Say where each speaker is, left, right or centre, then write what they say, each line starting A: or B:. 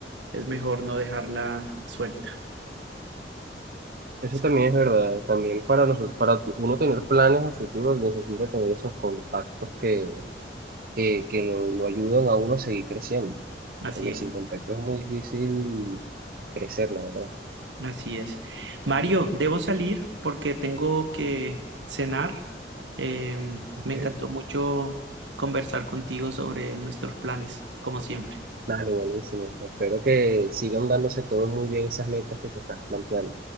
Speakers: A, on the right; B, on the right.
A: es mejor no dejarla suelta.
B: Eso
A: Sí,
B: también es verdad. También para nosotros, para tu- uno tener planes a futuro, necesita tener esos contactos que, que, que lo, lo ayudan a uno a seguir creciendo.
A: así
B: Porque
A: es.
B: sin contacto es muy difícil crecer, la verdad.
A: Así es. Mario, debo salir porque tengo que cenar. Eh,
B: Okay.
A: me encantó mucho conversar contigo sobre nuestros planes, como siempre.
B: Dale, buenísimo. Espero que sigan dándose todos muy bien esas metas que te estás planteando.